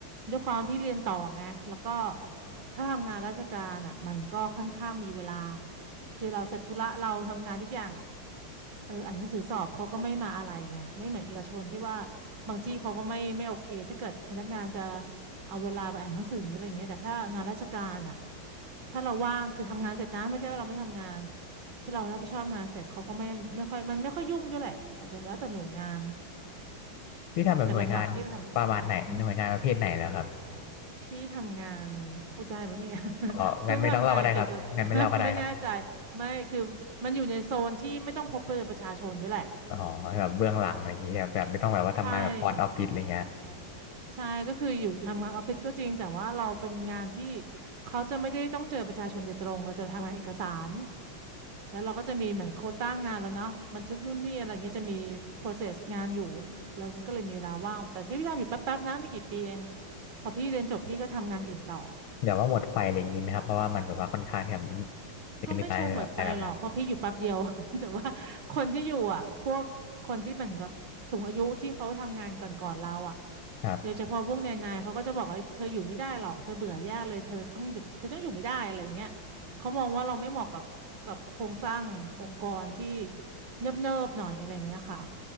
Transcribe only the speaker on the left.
พี่ทำแบบหน่วยงานประมาณไหนหน่วยงานประเภทไหนเหรอครับ
อ๋องั้นไม่ต้องเล่าก็ได้ครับงั้นไม่เล่าก็ได้ครับ
อ๋อแบบเบื้องหลังอะไรอย่างงี้ใช่ไหมแบบไม่ต้องแบบว่าทำงานแบบฟรอนต์ออฟฟิศอะไรเงี้ย
แบบว่าหมดไฟอะไรอย่างนี้ไหมครับเพราะว่ามันแบบว่าค่อนข้างที่แบบเหนื่อยๆแบบอะไรแบบเนี้ย
ครับ